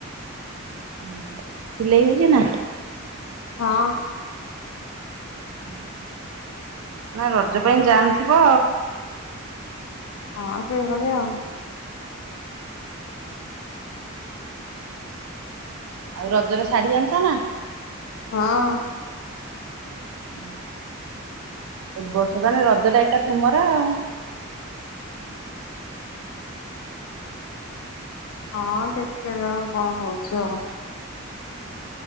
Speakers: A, on the right; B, on the left.
A: ଉ, ହୁଁ। ସିଲେଇ ହଉଚିନା?
B: ହଁ।
A: ଉ ହୁଁ। ନା ରଜ ପାଇଁ ଜାମ୍ ଥିବ।
B: ହଁ ସେଇ ଭଳିଆ।
A: ଆଉ ରଜର ଶାଢୀ ଆଣିଚ ନା?
B: ହଁ।
A: ଉ ହୁଁ। ଏ ବର୍ଷ ତାହେଲେ ରଜ ଟା ଏକା ତୁମରା ଆଉ।
B: ହଁ ଦେଖାଜାଉ କ'ଣ ହଉଛ ଆଉ